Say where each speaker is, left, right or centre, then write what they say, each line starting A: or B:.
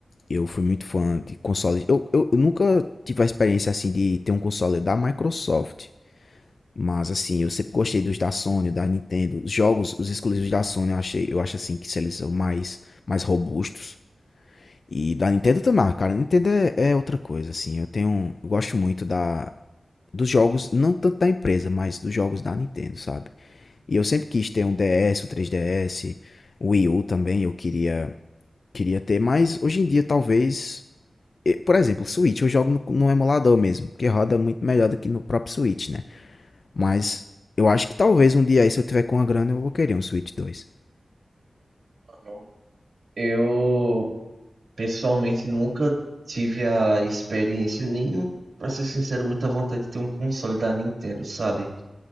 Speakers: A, on the left (about 65°); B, on the right (about 85°).
A: Eu fui muito fã de consoles. Eu, eu, eu nunca tive a experiência assim de ter um console da Microsoft. Mas assim, eu sempre gostei dos da Sony, da Nintendo. Os jogos, os exclusivos da Sony, eu achei, eu acho assim que eles são mais, mais robustos. E da Nintendo também, ah, cara. Nintendo é, é outra coisa, assim. Eu tenho, eu gosto muito da, dos jogos, não tanto da empresa, mas dos jogos da Nintendo, sabe? E eu sempre quis ter um DS, um 3DS, Wii U também, eu queria, queria ter, mas hoje em dia talvez eh, Por exemplo, Switch eu jogo no, no emulador mesmo, que roda muito melhor do que no próprio Switch, né? Mas eu acho que talvez um dia aí, se eu tiver com a grana, eu vou querer um Switch dois
B: Mano, Eu pessoalmente nunca tive a experiência, nem, pra ser sincero, muita vontade de ter um console da Nintendo, sabe?